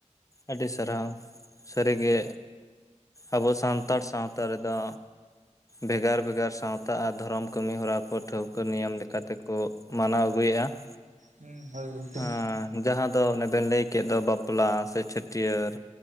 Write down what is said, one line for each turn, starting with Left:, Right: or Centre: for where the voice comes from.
Left: ᱟᱹᱰᱤ ᱥᱟᱨᱦᱟᱣ᱾ ᱥᱟᱹᱨᱤᱜᱮ ᱟᱵᱚ ᱥᱟᱱᱛᱟᱲ ᱥᱟᱶᱛᱟ ᱨᱮᱫᱚ ᱵᱮᱜᱟᱨ ᱵᱮᱜᱟᱨ ᱥᱟᱶᱛᱟ ᱟᱨ ᱫᱷᱚᱨᱚᱢ ᱠᱟᱹᱢᱤ ᱦᱚᱨᱟ ᱠᱚ ᱴᱷᱟᱹᱣᱠᱟᱹ ᱱᱤᱭᱚᱢ ᱞᱮᱠᱟᱛᱮᱠᱚ ᱢᱟᱱᱟᱣ ᱟᱹᱜᱩᱭᱮᱜᱼᱟ ᱾
Right: ᱦᱩᱸ ᱦᱳᱭ ᱜᱚᱢᱠᱮ
Left: ᱟᱸ᱾ ᱡᱟᱦᱟᱸ ᱫᱚ ᱚᱱᱮ ᱵᱮᱱ ᱞᱟᱹᱭ ᱠᱮᱫ ᱫᱚ ᱵᱟᱯᱞᱟ ᱥᱮ ᱪᱷᱟᱹᱴᱭᱟᱹᱨ